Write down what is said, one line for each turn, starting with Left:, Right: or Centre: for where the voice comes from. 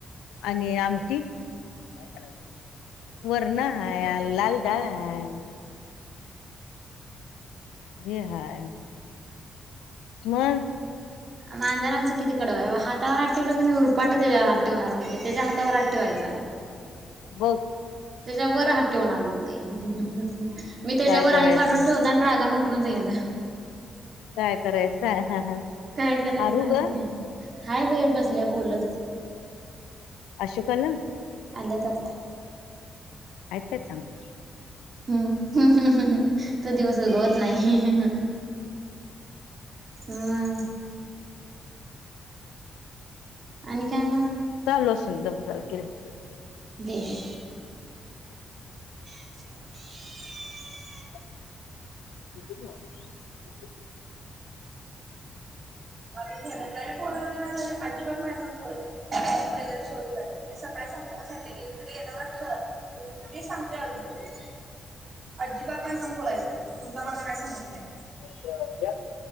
Left: आणि आमटी कायं करायचं वरणां हायं लांल डाळं हांय जे हांय मगं
Right: मांजार आमचं किती कडवां हाता हात ठेवलं की नाहीं रुपाटं त्यांच्यावर हात ठेवणारं म्हणते त्यांच्या हातावरांत ठेवायचां नाहीं
Left: बघं
Right: त्यांच्या वरं हात ठेवणारं म्हंण ते मी त्यांच्यावरं
Left: काय करायचं
Right: आणि काढूंन ठेवते राग उटुंण जायंना
Left: काय करायचं
Right: कायं करायचं
Left: आरू
Right: सांगते
Left: ग
Right: हांय बाहेर बसल्यां बोलतं
Left: अशोकांला
Right: आल्यांत आंता
Left: आहेतं कायं चांगलं
Right: हम्मं हम्मं हम्मं तो दिवसं उगवतं नाहीं मंग आणि कायं मंग
Left: चचांलो असणं दोन तरं खिरकिली
Right: द दे हं
Left: तो कुठे राहतो.
Right: अजूंन झाले नाहीं बोलांली नां झाले अजिबांत मायांसगं बोलायंच नाहीं पहिल्यां सकाळीं संगत सले एकलंकडे येणारं चं नां मी सांगते अजूंनले अजिबांत माझ्यां संग बोलायचं नाहीं तुमचां माझां कांहीं संबंध नाहीं.
Left: ना